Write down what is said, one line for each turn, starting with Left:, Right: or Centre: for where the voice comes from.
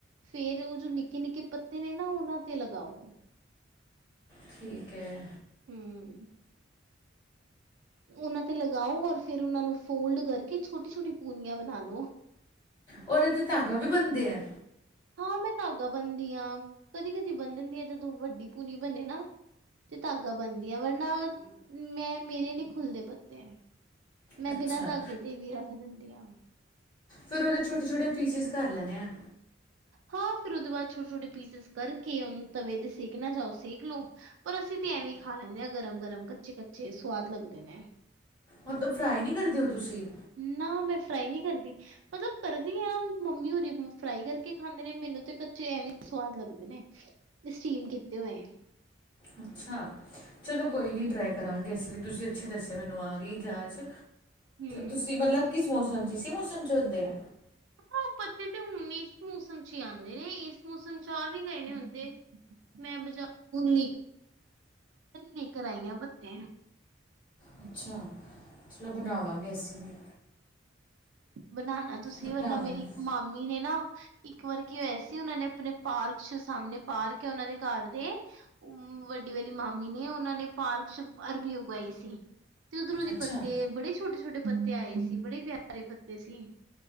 Right: ਫ਼ੇਰ ਉਹ ਜੋ ਨ ਨਿੱਕੇ ਨਿੱਕੇ ਪੱਤੇ ਨੇ ਨਾ ਉਹਨਾਂ ਤੇ ਲਗਾਓ-
Left: ਠੀਕ ਹੈ
Right: ਹਮ ਉਹਨਾਂ ਤੇ ਲਗਾਓ ਔਰ ਫੇਿਰ ਉਹਨਾਂ ਨੂੰ ਫੋਲਡ ਕਰਕੇ ਛੋਟੀ ਛੋਟੀ ਪੂਨੀਆਂ ਬਣਾ ਲੋ
Left: ਉਹਦੇ ਤੇ ਧਾਗਾ ਵੀ ਬਣਦੇ ਆ-
Right: ਹਾਂ ਮੈਂ ਧਾਗਾ ਬਣਦੀ ਹਾਂ ਕਦੀ ਕਦੀ ਬੰਨਣਦੀ ਆ ਜਦੋਂ ਵੱਡੀ ਪੂਨੀ ਬਣੇ ਨਾ ਤੇ ਧਾਗਾ ਬਣਦੀ ਹੈ ਵਰਨਾ, ਮੈਂ ਮੇਰੇ ਨੀ ਖੁੱਲਦੇ ਪੱਤੇ- ਮੈਂ
Left: ਅੱਛਾ
Right: ਬਿਨਾਂ ਧ ਅਗੇ ਦੇ ਵੀ ਰੱਖ ਦਿੰਦੀ ਹ-
Left: ਫਿਰ ਉਹਦੇ ਛੋਟੇ ਛੋਟੇ ਪੀਸਿਸ ਕਰ ਲੈਣੇ ਆਾਂ-
Right: ਹਾਂ ਫਿਰ ਉਹਦੇ ਬਾਅਦ ਛੋਟੇ ਛੋਟੇ ਪੀਸਿਸ ਕਰਕੇ ਉਹਨੂੰ ਤਵੇ ਤੇ ਸੇਕਣਾ ਚਓ ਸੇਕ ਲਓ ਪਰ ਅਸੀਂ ਤੇ ਐਵੇਂ ਹੀ ਖਾ ਲੈਂਦੇ ਹਾਂ ਗਰਮ ਗਰਮ ਕੱਚੇ ਕੱਚੇ ਸਵਾਦ ਲੱਗਦੇ ਨੇ,
Left: ਮਤਲਬ ਫਰਾਈ ਨਹੀਂੀ ਕਰਦੇਓ ਤੁਸੀਂ-
Right: ਨਾ ਮੈਂ ਫਰਾਈ ਨਹੀਂੀ ਕਰਦੀ, ਮਤਲਬ ਕਰਦੀ ਹ ਮੰਮੀ ਉਰੀ ਫਰਾਈ ਕਰਕੇ ਖਾਂਦੇ ਨੇ ਮੈਨੂੰ ਤੇ ਕੱਚੇ ਐਵੇਂ ਸਵਾਦ ਲੱਗਦੇ ਨੇ, ਤੇ ਸਟੀਮ ਕੀਤੇ ਹੋਏ
Left: ਅੱਛਾ, ਚਲੋ ਕੋਈ
Right: ਹੂੰ
Left: ਨਹੀਂ ਟਰਾਈ ਕਰਾਂਗੇ ਅਸੀਂ ਵੀ ਤੁਸੀਂ ਅੱਛੇ ਦੱਸਿਆ ਮੈਨੂੰ ਆ ਗਈ ਜਾਂਚ
Right: ਹੂੰ।
Left: ਤੁਸੀਂ ਮਤਲਬ ਕਿਸ ਮੌਸਮ 'ਚ ਇਸੇ ਮੌਸਮ 'ਚ ਹੁੰਦੇ ਆ
Right: ਹਮ ਪੱਤੇ ਤੇ ਹੁਣ ਨ ਇਸ ਮੌਸਮ ਚ ਹੀ ਆਉਂਦੇ ਨੇ ਇਸ ਮੌਸਮ ਚ ਆ ਵੀ ਗਏ ਨੇ ਹੁਣ ਤੇ ਮੈਂ ਬਾਜਾਰ ਗਈ ਹੁਣੇ ਲੇਕਰ ਆਈ ਪੱਤੇ
Left: ਅੱਛਾ, ਚਲੋ ਬਣਾਵਾਂਗੇ ਅਸੀਂ ਵੀ
Right: ਬਣਾਉਣਾ ਤੁਸੀਂ,
Left: ਬਣਾਵਾਂਗੇ
Right: ਵਰਨਾ ਮੇਰੀ ਇੱਕ ਮਾਮੀ ਨੇ ਨਾ ਇੱਕ ਵਾਰ ਕੀ ਹੋਇਆ ਸੀ ਉਹ ਨੇ ਆਪਣੇ ਪਾਰਕ ਚ ਸਾਹਮਣੇ ਪਾਰਕ ਹੇ ਉਹਨਾਂ ਦੇ ਘਰ ਦੇ ਵੱਡੀ ਵਾਲੀ ਮਾਮੀ ਨੇ ਉਹਨਾਂ ਨੇ ਪਾਰਕ ਚ ਅਰਬੀ ਉਗਾਈ ਸੀ। ਤੇ ਉਧਰੋਂ ਦੀ
Left: ਅੱਛਾ
Right: ਪੱਤੇ ਬੜੇ ਛੋਟੇ-ਛੋਟੇ ਪੱਤੇ ਆਏ ਸੀ ਬੜੇ ਪਿਆਰੇ ਪੱਤੇ ਸੀ।